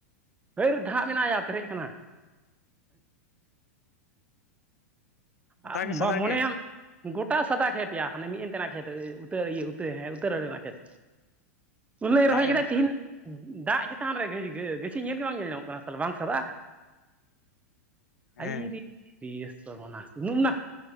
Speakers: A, on the right; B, on the left.
A: ᱦᱟᱨ ᱫᱷᱟᱟᱜ ᱢᱮᱱᱟᱭᱟ ᱯᱮᱨᱮᱡ ᱠᱟᱱᱟ
B: ᱜᱚᱴᱟ
A: ᱟᱢ
B: ᱜᱮ
A: ᱵᱟᱢ
B: ᱥᱟᱫᱟ
A: ᱢᱚᱱᱮᱭᱟᱢ
B: ᱜᱮ
A: ᱜᱚᱴᱟ ᱥᱟᱫᱟ ᱠᱷᱮᱛ ᱭᱟ ᱦᱟᱱᱮ ᱢᱤᱫ ᱮᱱ ᱛᱮᱱᱟᱜ ᱠᱷᱮᱛ ᱩᱛᱟᱹᱭ ᱤᱭᱟᱹᱟᱹᱨ ᱦᱮ ᱩᱛᱟᱹᱨ ᱨᱮᱱᱟᱜ ᱠᱷᱮᱛ
B: <inaudible>
A: ᱩᱱᱤᱞᱟᱹᱜ ᱨᱚᱦᱚᱭ
B: ᱜᱮ
A: ᱠᱮᱫᱟ ᱛᱤᱦᱮᱧ ᱫᱟᱜ ᱪᱮᱛᱟᱱ ᱨᱮ ᱜᱟᱹ ᱜᱟᱹᱪᱷᱤ ᱧᱮᱞ ᱜᱮ ᱵᱟᱝ ᱧᱮᱞ ᱧᱟᱢᱚᱜ ᱠᱟᱱᱟ ᱛᱟᱦᱚᱞᱮ ᱵᱟᱝ ᱥᱟᱫᱟᱜᱼᱟ᱾ <inaudible> <unintelligible>
B: ᱦᱮᱸ
A: ᱱᱟ